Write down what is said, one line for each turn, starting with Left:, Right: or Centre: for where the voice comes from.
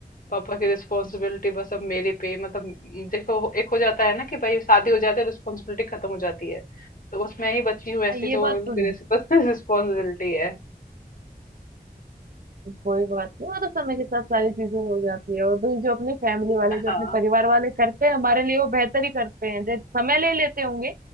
Left: पापा की रिस्पॉन्सिबिलिटी बस अब मेरे पे मतलब म, देखो एक हो जाता है ना कि भाई शादी हो जाती है रिस्पॉन्सिबिलिटी खत्म हो जाती है तो बस मैं ही बची हूँ ऐसी
Right: ये
Left: जो
Right: बात
Left: उनकी
Right: तो है
Left: रिस्पॉन्सिबिलिटी <laughs> है
Right: कोई बात नहीं वो तो समय के साथ सारी चीजें हो जाती है और भाई जो अपनी फैमिली वाले
Left: हाँ
Right: जो अपने परिवार वाले करते हैं हमारे लिए वो बेहतर ही करते हैं जो समय ले लेते होंगे